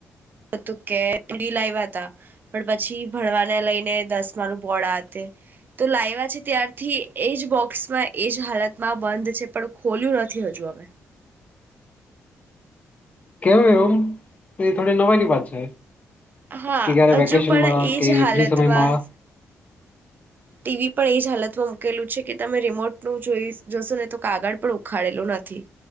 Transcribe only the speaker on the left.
કેમ એવુ તે થોડી નવાઈ ની વાત છે.
કે ક્યારે
વેકેશનમાં
કે
ફ્રી સમયમાં